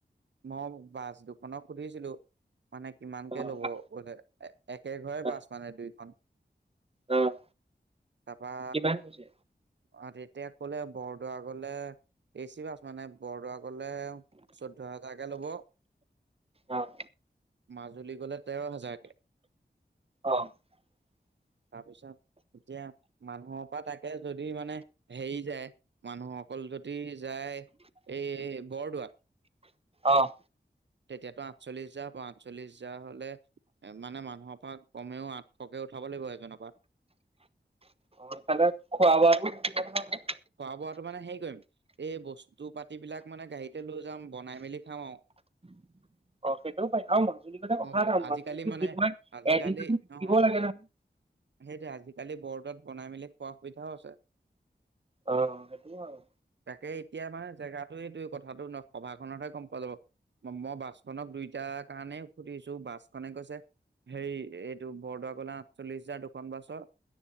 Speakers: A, on the right; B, on the right.
A: মই বাছ দুখনক সুধিছিলো। মানে কিমানকে
B: অ',
A: ল'ব
B: ভা
A: বলে একে ঘৰে
B: অ',
A: বাছ মানে দুইখন
B: অ',
A: তাৰাপৰা
B: কিমান কৈছে?
A: আৰু তেতিয়া কলে বৰদোৱা গলে এচি বাছ মানে বৰদোৱা গলে চধ্য- হাজাৰ কে লব
B: অ',
A: মাজুলী গ'লে তেৰ হাজাৰকে
B: অ', <inaudible>
A: তাৰপিছত এতিয়া মানুহৰ পৰা তাকে যদি মানে হেৰি যায় মানুহ অকল উলগতি যায় এই বৰদোৱা
B: আহ
A: তেতিয়াতো আঠচল্লিশ হাজাৰ হ আঠচল্লিশ হাজাৰ হ'লে এ মানে মানুহৰ পৰা কমেও আঠ সকে উঠাব লাগিব এজনৰ পৰা
B: সেইফালে খোৱা বোৱাটো কিমান হয় হয়।
A: খোৱা বোৱাো মানে হেৰি কৰিম এই বস্তু পাতি বিলাক মানে গাড়ীতে লৈ যাম বনাই মেলি খাওঁ আৰু।
B: <inaudible> অ সেইটো পাই আৰু মাজুলীৰ গ'লে কথা
A: অ
B: এটা মাজুলীটো
A: আজিকালি মানে
B: বিহু নাই নে কি
A: আজিকালি
B: এদিন দুদিন থাকিব
A: অ
B: লাগে নহয়
A: সেইটোৱে আজিকালি বৰ্ডত বনাই মেলি খোৱা সুবিধাও আছে।
B: অ', সেইটো হয় বাৰু।
A: তাকে এতিয়া মানে জেগাটো এইটো কথাটো নহ সভাখনতহে গম পোৱা যাব মই বাচনক দুইটাৰ কাৰণে সুধিছো বাছখনে কৈছে হেৰি এইটো বৰদোৱা কলা আঠচল্লিশ হাজাৰ ন বছৰ